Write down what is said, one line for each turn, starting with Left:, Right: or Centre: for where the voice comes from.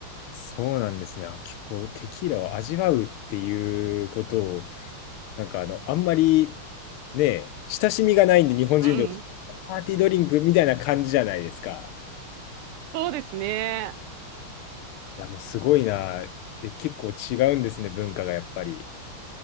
Left: そうなんですね。あ結構テキーラを味わうっていうことを、なんかあの、あんまりね、親しみがないんで、日本人と
Right: うん。
Left: パーティードリンクみたいな感じじゃないですか。
Right: そうですね。
Left: や、もうすごいな。え、結構違うんですね、文化がやっぱり。